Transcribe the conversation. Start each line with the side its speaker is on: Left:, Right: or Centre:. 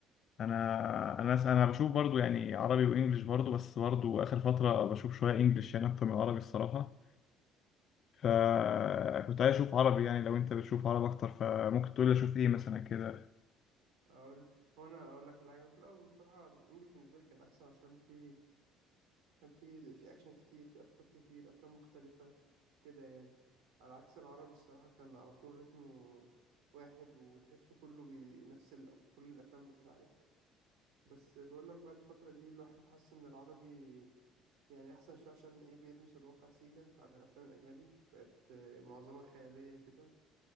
Left: انا انا انا بشوف برضو يعني عربي وانجليش برضو بس برضو اخر فتره بشوف شويه انجليش يعني اكتر من عربي الصراحه فكنت عايز اشوف عربي يعني لو انت بتشوف عربي اكتر فممكن تقول لي اشوف ايه مثلا كده
Right: اقول هو انا اقول لك على حاجه انا في الاول بصراحه الانجليش بالنسبه لي كان احسن عشان في كان في في اكشن كتير في افكار كتير افلام مختلفه كده يعني على عكس العربي الصراحه كان على طول رتمه واحد وتحسه كله بنفس الأف... كل الافلام بتتعاد بس بقول لك بقى الفتره دي الواحد حس ان العربي يعني أحسن شوية عشان إيه بيلمس الواقع سيكا عن الأفلام الأجنبي بقت آه، معظمها خيالية كده